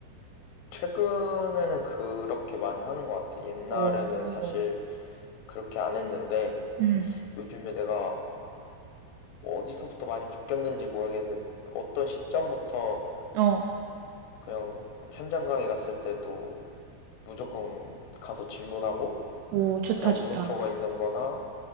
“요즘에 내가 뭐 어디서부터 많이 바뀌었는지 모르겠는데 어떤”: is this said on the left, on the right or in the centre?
Left